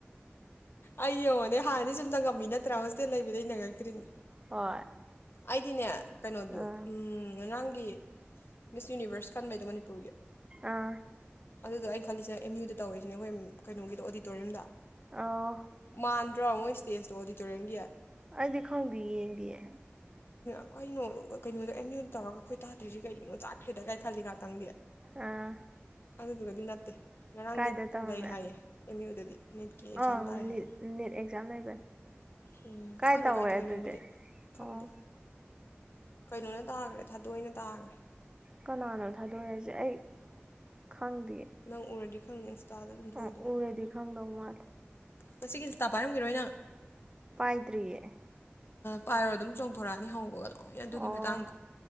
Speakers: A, on the left; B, on the right.
A: ꯑꯩ ꯌꯦꯡꯉꯣꯅꯦ ꯍꯥꯟꯅꯗꯤ ꯁꯨꯝꯇꯪꯉꯝꯃꯤ ꯅꯠꯇ꯭ꯔꯥ ꯍꯣꯁꯇꯦꯜ ꯂꯩꯕꯗ ꯅꯪꯉꯛꯇ꯭ꯔꯤꯅꯦ
B: ꯍꯣꯏ
A: ꯑꯩꯗꯤꯅꯦ ꯀꯩꯅꯣꯗꯣ
B: ꯑꯥ
A: ꯎ ꯉꯥꯡ ꯒꯤ ꯃꯤꯁ ꯌꯨꯅꯤꯕꯔꯁ ꯀꯟꯕꯩꯗꯣ ꯃꯅꯤꯄꯨꯔꯒꯤ
B: ꯑꯥ
A: ꯑꯗꯨꯗ ꯑꯩꯩꯅ ꯈꯜꯂꯤꯁꯤꯅ ꯑꯦꯝ ꯌꯨꯗ ꯇꯧꯋꯦꯁꯤꯅꯦ ꯑꯩꯈꯣꯏ ꯀꯩꯅꯣꯒꯤꯗꯣ ꯑꯣꯗꯤꯇꯣꯔꯤꯌꯝꯗ
B: ꯑꯣ
A: ꯃꯥꯡ ꯗ꯭ꯔꯣ ꯃꯣꯏ ꯁ꯭ꯇꯦꯖꯇꯣ ꯑꯣꯗꯤꯇꯣꯔꯤꯌꯝꯒꯤ
B: ꯑꯩꯗꯤ ꯈꯪꯗꯦ ꯌꯦꯡꯗꯌꯦ
A: ꯀꯈꯣꯏꯩꯅꯣ ꯀꯩꯅꯣꯗ ꯑꯦꯝ ꯌꯨꯗ ꯇꯧꯔꯒ ꯑꯩꯈꯣꯏ ꯇꯥꯇ꯭ꯔꯤꯁꯤ ꯀꯩꯒꯤꯅꯣ ꯆꯥꯛꯈ꯭ꯔꯦꯗ ꯀꯥꯏ ꯈꯜꯂꯤ ꯉꯥꯛꯇꯪꯗꯤ
B: ꯑꯥ
A: ꯑꯗꯨꯗꯨꯒꯗꯤ ꯅꯠꯇꯦ ꯉꯔꯥꯡ
B: ꯀꯥꯏꯗ
A: ꯅꯤꯠ
B: ꯇꯧꯔꯝꯃꯦ
A: ꯂꯩ ꯍꯥꯏꯌꯦ ꯑꯦꯝ ꯌꯨꯗꯗꯤ ꯅꯤꯠꯀꯤ ꯑꯦꯛꯖꯥꯝ
B: ꯑꯪ
A: ꯇꯥꯏ ꯍꯥꯏ
B: ꯅꯦꯠ ꯑꯦꯛꯖꯥꯝ ꯂꯩꯕꯅꯤ
A: ꯎꯝ
B: ꯀꯥꯏ
A: ꯈꯪꯗꯦ
B: ꯇꯧꯋꯦ
A: ꯇꯧꯔꯤꯅꯣꯕꯨꯗꯤ
B: ꯑꯗꯨꯗꯤ
A: ꯈꯪꯗꯦ
B: ꯑꯣ
A: ꯀꯩꯅꯣꯅ ꯇꯥꯈ꯭ꯔꯦ ꯊꯥꯗꯣꯛꯏꯅ ꯇꯥꯈ꯭ꯔꯦ
B: ꯀꯅꯥꯅꯣ ꯊꯥꯗꯣꯔꯦ ꯍꯥꯏꯁꯦ ꯑꯩ ꯈꯪꯗꯦ
A: ꯅꯪ ꯎꯔꯗꯤ ꯈꯪꯅꯤ ꯏꯟꯁꯇꯥꯗ ꯑꯗꯨꯝ ꯊꯣꯛꯏꯗꯨꯕꯨ
B: ꯑ ꯎꯔꯗꯤ ꯈꯪꯗꯧ ꯃꯥꯜꯂꯦ
A: ꯃꯁꯤꯒꯤ ꯏꯁꯇꯥꯐ ꯄꯥꯏꯔꯝꯈꯤꯔꯣꯏ ꯅꯪ
B: ꯄꯥꯏꯗ꯭ꯔꯤꯌꯦ
A: ꯄꯥꯏꯔꯣ ꯑꯗꯨꯝ ꯆꯣꯡꯊꯣꯔꯛꯑꯅꯤ ꯍꯧꯕꯒꯂ ꯍꯣꯏ ꯑꯗꯨꯒꯤ
B: ꯑꯣ
A: ꯃꯇꯥꯡꯗ